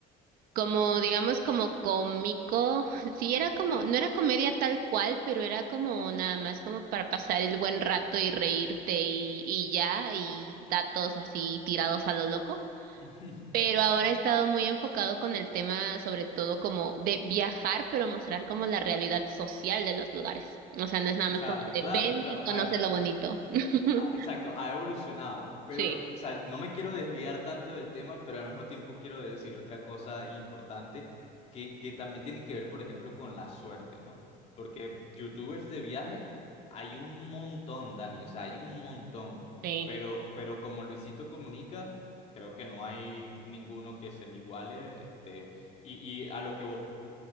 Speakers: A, on the right; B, on the left.
A: como digamos, como cómico. <laughs> Sí, era como, no era comedia tal cual, pero era como nada más como para pasar el buen rato y reírte y, y ya, y datos así tirados a lo loco
B: <laughs>
A: pero ahora he estado muy enfocado con el tema, sobre todo como de viajar, pero mostrar como la realidad social de los lugares. O sea, no es nada
B: O
A: más
B: sea,
A: como de
B: claro,
A: ven
B: claro,
A: y conoce
B: ha-
A: lo bonito. <laughs>
B: ha- exacto, ha evolucionado, pero,
A: Sí,
B: o sea, no me quiero desviar tanto del tema, pero al mismo tiempo quiero decir otra cosa importante que, que también tiene que ver, por ejemplo, con la suerte, ¿no? Porque youtubers de viajes hay un montón, Dani, o sea, hay un montón,
A: sí,
B: pero, pero como Luisito Comunica, creo que no hay ninguno que se le iguale, este, y, y a lo que